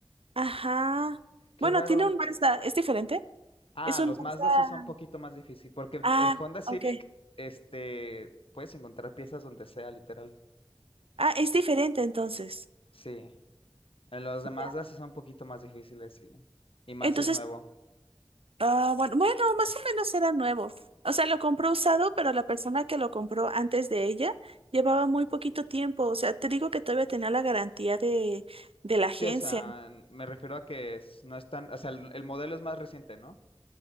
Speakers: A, on the right; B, on the left.
A: Ajá.
B: qué
A: Bueno,
B: raro.
A: tiene un Mazda, ¿es diferente?
B: Ah,
A: Es un
B: los
A: Mazda.
B: Mazda sí son un poquito más difícil, porque el,
A: Ah,
B: el Honda Civic,
A: ok.
B: este, puedes encontrar piezas donde sea, literal.
A: Ah, es diferente entonces.
B: Sí. En Los de Mazda
A: Ya.
B: sí son un poquito más difíciles, sí. Y más
A: Entonces
B: si es nuevo.
A: Ah, bueno, bueno, más o menos era nuevo. O sea, lo compró usado, pero la persona que lo compró antes de ella llevaba muy poquito tiempo. O sea, te digo que todavía tenía la garantía de, de la agencia.
B: Sí, o sea, me refiero a que es- no es tan, o sea, el, el modelo es más reciente, ¿no?